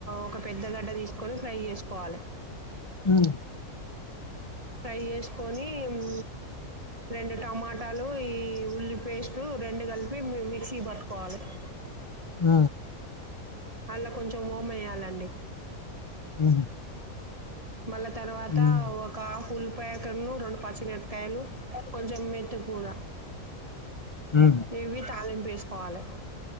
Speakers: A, on the right; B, on the left.
A: ఒక పెద్ద గడ్డ తీసుకొని ఫ్రై ఏస్ కాలే
B: అ
A: ఫ్రై ఏసుకొని ఉమ్ రెండు టమాటాలు ఈ ఉల్లి పేస్ట్ రెండు కలిపి మి మిక్సీ పట్టుకోవాలి. అ
B: ఆ
A: అళ్ళ కొంచెం ఓమ ఎయ్యాలండి.
B: ఉమ్.
A: మళ్ళా తర్వాత
B: హ్మ్.
A: ఒక ఆఫ్ ఉల్లిపాయ కన్ను రెండు పచ్చిమిరకాయలు కొంచెం మేం స్పెషల్ కూర
B: హ్మ్.
A: ఇవి తళింపు ఏసుకోవాలి.